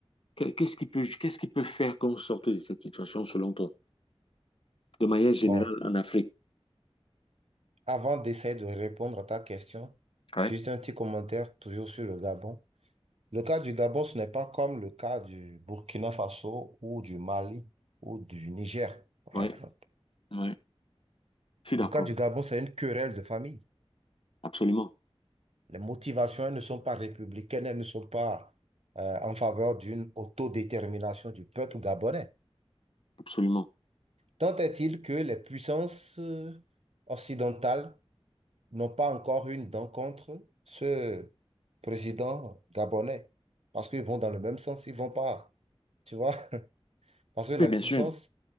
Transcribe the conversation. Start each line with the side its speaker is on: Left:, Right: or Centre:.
Left: Que- Qu'est-ce qui peut, qu'est-ce qui peut faire qu'on sorte de cette situation selon toi, de manière générale
Right: Bon,
Left: en Afrique?
Right: avant d'essayer de répondre à ta question,
Left: Ouais.
Right: juste un petit commentaire toujours sur le Gabon. Le cas du Gabon, ce n'est pas comme le cas du Burkina Faso ou du Mali ou du Niger,
Left: Ouais,
Right: par exemple.
Left: ouais, je suis d'accord,
Right: Le cas du Gabon, c'est une querelle de famille.
Left: absolument,
Right: Les motivations, elles ne sont pas républicaines, elles ne sont pas euh, en faveur d'une autodétermination du peuple gabonais.
Left: absolument.
Right: Tant est-il que les puissances euh, occidentales n'ont pas encore une dent contre ce président gabonais, parce qu'ils vont dans le même sens, ils vont pas, tu vois, <laughs> parce que la
Left: Oui, bien
Right: puissance
Left: sûr.